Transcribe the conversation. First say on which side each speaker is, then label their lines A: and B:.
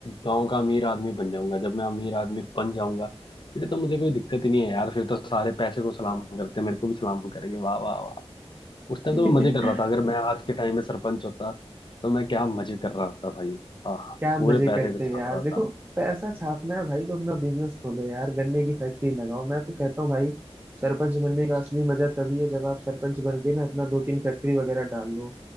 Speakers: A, on the left (about 45°); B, on the right (about 20°).
A: गांव का अमीर आदमी बन जाऊंगा जब मैं अमीर आदमी बन जाऊंगा फिर तो मुझे कोई दिक्कत ही नहीं है यार फिर तो सारे पैसे को सलाम करते हैं मेरे को भी सलाम करेंगे वाह वाह वाह उस टाइम
B: बताओ
A: तो मैं मजे कर रहा
B: <laughs>
A: था अगर मैं आज के टाइम में सरपंच होता तो मैं क्या मजे कर रहा होता भाई हाँ
B: क्या मजे
A: पूरे
B: करते
A: पैसे को छाप
B: हैं यार
A: रहा होता
B: देखो पैसा छापना है भाई तो अपना बिजनेस खोलो यार गन्ने की फैक्ट्री लगाओ मैं तो कहता हूँ भाई सरपंच बनने का असली मजा तभी है जब आप सरपंच बन के ना अपना दो तीन फैक्ट्री वगैरह डाल लो